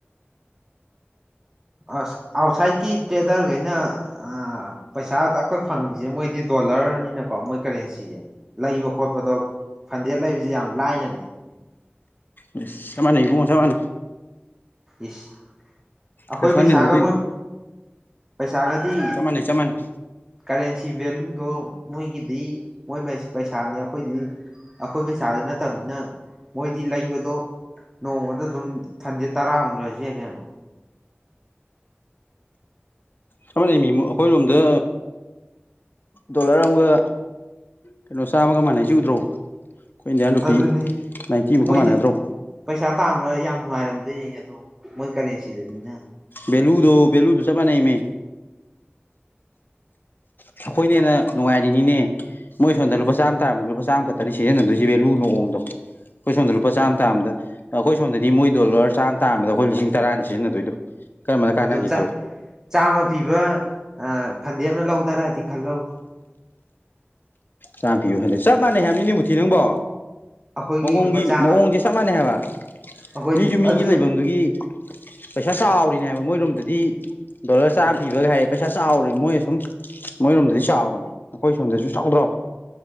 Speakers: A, on the right; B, on the left.
A: ꯑꯁ ꯑꯥꯎꯠꯁꯥꯏꯠꯀꯤ ꯇꯦꯗꯔꯒꯩꯅ ꯑ ꯄꯩꯁꯥ ꯇꯥꯛꯇꯛ ꯐꯪꯉꯁꯦ ꯃꯣꯏꯗꯤ ꯗꯣ ꯑꯣꯂꯔꯅꯤꯅꯀꯣ ꯃꯣꯏ ꯀꯔꯦꯟꯁꯥꯖꯦ ꯂꯩꯕ ꯈꯣꯠꯄꯗꯣ ꯐꯟꯗꯦ ꯂꯩꯕꯖꯦ ꯌꯥꯝ ꯂꯥꯏꯅꯕꯅꯦ
B: ꯗꯁ ꯆꯞ ꯃꯅꯩ ꯏꯕꯨꯡꯉꯣ ꯆꯞ ꯃꯅ
A: ꯏꯁ ꯑꯈꯣꯏ
B: ꯀꯩꯁꯨ ꯈꯟꯒꯅꯨ
A: ꯄꯩꯁꯥꯒ
B: ꯑꯗꯨꯒꯤ
A: ꯃꯨꯠ ꯁꯥꯒꯗꯤ
B: ꯆꯞ ꯃꯥꯟꯅꯩ ꯆꯞ ꯃꯥꯟꯅꯩ
A: ꯀꯔꯦꯟꯁꯤ ꯚꯦꯂꯨ ꯑꯗꯣ ꯃꯣꯏꯒꯤꯗꯤ ꯃꯣꯏ ꯄꯩꯁꯥꯅꯤ ꯑꯩꯈꯣꯏꯗꯤ ꯑꯩꯈꯣꯏ ꯄꯩꯁꯥꯗꯨ ꯅꯠꯇꯕꯅꯤꯅ ꯃꯣꯏꯗꯤ ꯂꯩꯕꯗꯣ ꯅꯣꯡꯃꯗ ꯑꯗꯨꯝ ꯐꯟꯗ ꯇꯔꯥꯝꯒꯦꯁꯤ ꯀꯩꯅꯣ
B: ꯆ ꯂꯩꯃꯤ ꯑꯩꯈꯣꯏꯔꯣꯝꯗ ꯗꯣꯂꯔ ꯑꯃꯒ ꯀꯩꯅꯣ ꯆꯥꯝꯃꯒ ꯃꯥꯟꯅꯩꯁꯤ ꯎꯗ꯭ꯔꯣ ꯑꯩꯈꯣꯏ ꯏꯟꯗꯤꯌꯥꯟ ꯅꯨꯄꯤ
A: ꯑꯗꯨꯅꯤ
B: ꯅꯥꯏꯟꯇꯤꯃꯨꯛꯀ
A: ꯃꯣꯏꯗꯤ
B: ꯃꯥꯟꯅꯗ꯭ꯔꯣ
A: ꯄꯩꯁꯥ ꯇꯥꯟꯕ ꯌꯥꯝ ꯅꯨꯡꯉꯥꯏꯔꯝꯗꯣꯏꯅꯦ ꯑꯗꯣ ꯃꯣꯏ ꯀꯔꯦꯟꯁꯤꯗꯅꯤꯅ
B: ꯕꯂꯨꯗꯣ ꯕꯂꯨ ꯊ ꯆꯄ ꯅ ꯃ ꯑꯩꯈꯣꯏꯅ ꯍꯟꯅ ꯅꯨꯡꯉꯥꯏꯔꯤꯅꯤꯅꯦ ꯃꯣꯏ ꯁꯣꯝꯗ ꯂꯨꯄꯥ ꯆꯥꯝꯃ ꯇꯥꯔꯝꯕꯅꯤ ꯂꯨꯄꯥ ꯆꯥꯝꯃ ꯈꯛꯇꯅꯤ ꯁꯤꯖꯤꯟꯅꯗꯣꯏꯁꯤ ꯚꯦꯂꯨ ꯃꯑꯣꯡꯗꯣ ꯑꯩꯈꯣꯏ ꯁꯣꯝꯗ ꯂꯨꯄꯥ ꯆꯥꯝꯃ ꯇꯥꯥꯟꯕꯗ ꯑꯩꯈꯣꯏ ꯁꯣꯗꯗꯤ ꯃꯣꯏ ꯗꯣꯂꯔ ꯆꯥꯝꯃ ꯇꯥꯥꯟꯕꯗ ꯑꯩꯈꯣꯏ ꯂꯤꯁꯤꯡ ꯇꯔꯥꯅꯤ ꯁꯤꯖꯤꯟꯅꯗꯣꯏꯗꯣ ꯀꯔꯝꯕꯅ ꯀꯥꯟꯅꯒꯦ
A: ꯑꯗꯣ
B: ꯈꯜꯂꯣ
A: ꯆꯥꯃ ꯄꯤꯕ ꯐꯟꯗꯦꯛꯅ ꯂꯧꯗꯔꯗꯤ ꯈꯜꯂꯣ
B: ꯆꯥꯝ ꯄꯤꯌꯨ ꯍꯟꯗꯦ ꯆꯞ ꯃꯥꯟꯅꯩ ꯍꯥꯏꯕꯅꯤꯅꯦ ꯃꯨꯊꯤ ꯅꯪꯕꯣ
A: ꯑꯩꯈꯣꯏꯒꯤ
B: ꯃꯑꯣꯡꯒꯤ
A: ꯂꯨꯄꯥ ꯆꯥꯝꯃ
B: ꯃꯑꯣꯡꯁꯦ ꯆꯞ ꯃꯥꯟꯅꯩ ꯍꯥꯏꯕ
A: ꯑꯩꯈꯣꯏ
B: ꯃꯤꯁꯨ ꯃꯤꯒꯤ
A: ꯑꯗꯨ
B: ꯂꯩꯐꯝꯗꯨꯒꯤ ꯄꯩꯁꯥ ꯆꯥꯎꯔꯤꯅꯦ ꯍꯥꯏꯕ ꯃꯣꯏꯔꯣꯝꯗꯗꯤ ꯗꯣꯂꯔ ꯆꯥꯔ ꯄꯤꯕꯒ ꯍꯥꯏ ꯄꯩꯁꯥ ꯆꯥꯎꯔꯤ ꯃꯣꯏꯅ ꯁꯨꯝ ꯃꯣꯏꯔꯣꯝꯗꯗꯤ ꯆꯥꯎꯔꯅꯦ ꯑꯩꯈꯣꯏ ꯁꯣꯝꯗꯁꯨ ꯆꯥꯎꯗ꯭ꯔꯣ